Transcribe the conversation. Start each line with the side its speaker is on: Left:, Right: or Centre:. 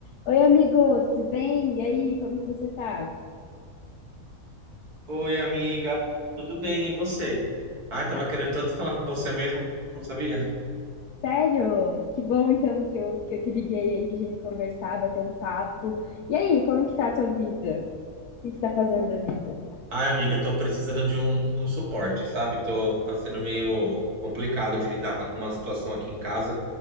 Left: Oi, amigo, tudo bem? E aí, como que você tá?
Right: Oi, amiga. Tudo bem, e você? Ai, tava
Left: Ah,
Right: querendo tanto falar com você mesmo, não sabia?
Left: sério? Que bom então que eu, que eu te liguei aí pra gente conversar, bater um papo. E aí, como que tá a tua vida? O que que você tá fazendo da vida?
Right: Ai, amiga, tô precisando de um, um suporte, sabe? Tô, tá sendo meio complicado de lidar com uma situação aqui em casa